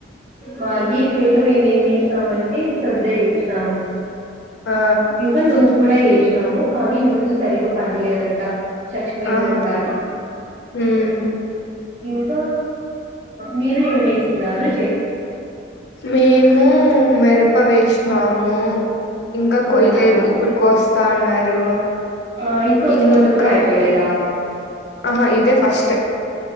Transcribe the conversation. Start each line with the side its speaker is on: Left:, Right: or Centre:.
Right: మాగీ చేలు మేము ఏమి చేేసినామ అంటే శ్రద్ద చేేసినాము
Left: ఆ
Right: ఇంకా నువ్వు కూడా వేసినాము కానీ నువ్వు సరిగా పనిలేదంట చచ్చిపోయిందంట
Left: ఆహా
Right: అది
Left: మ్మ్
Right: ఇంకా మీరు ఏమిేస్తున్నారు
Left: మేము మిరప వేసినాము ఇంకా
Right: అవునా
Left: కొయలేదు ఇప్పుడుకిస్తా అన్నారు
Right: ఆ ఇంకో
Left: ఇంకా
Right: కోత కూడా అయిపోలేదా
Left: ఆహా ఇదే ఫస్ట్